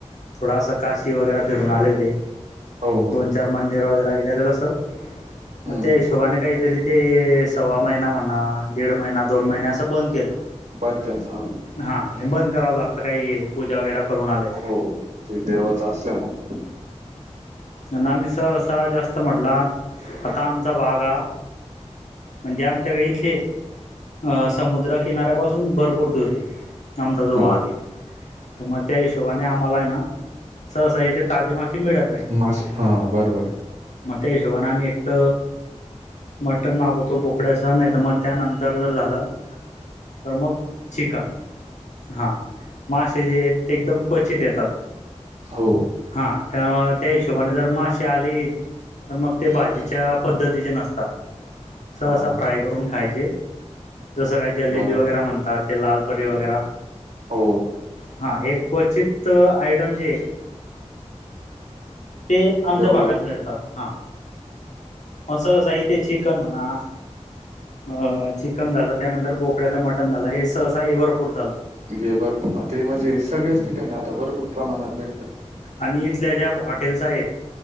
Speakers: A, on the left; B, on the right.
A: थोडासा काशी वगैरे फिरून आले होते
B: हो हो
A: दोन चार मंदिर वगैरे गेले हो ते कसं
B: हम्म
A: मं त्या हिशोबानं काहीतरी ते सव्वा महिना म्हणा दीड महिना दोन महिने असं बंद केलं
B: बंद केलता
A: हा बंद करावं लागतं काही पूजा वगैरा करून आलेत
B: हो. ते देवाचं असल्यामुळं
A: आम्ही सहसा जास्त म्हटला आता आमचा भाग हा म्हणजे आमच्याकडे इथे अ समुद्रकिनाऱ्यापासून भरपूर दूर आहे आमचा जो भाग
B: हो.
A: आहे तर मग त्या हिशोबाने आम्हाला आहे ना सहसा इथे ताजे माशे मिळत नाहीत
B: मास हां, बरोबर.
A: मग त्या हिशोबाने आम्ही एकत मटण मागवतो बोकड्याचं नाही तर मग त्यानंतर जर झालं तर मग चिकन हां माशे जे आहेत ते एकदम क्वचित येतात
B: हो.
A: हा तर त्या हिशोबाने जर मशी आली. तर मग ते भाजीच्या पद्धतीचे नसतात. अस असं
B: हां,
A: फ्राय करून खायचे जसं काही जलेबी
B: बरोबर.
A: वगैरे म्हणतात. ते लालपरी वगैरे
B: हो,
A: हा एक क्वचित आयटम जे ते आमच्या
B: तेवढं
A: भागात मिळतात हा. मसाला साहित चिकन म्हणा. अ चिकन झालं त्यानंतर बोकड्याच मटण झालं हे सहसा हे भरपूर चालत.
B: हे भरपूर ते म्हणजे सगळ्याच ठिकाणी आता भरपूर प्रमाणात भेटतात.
A: आणि इथल्या ज्या हॉटेल्स आहेत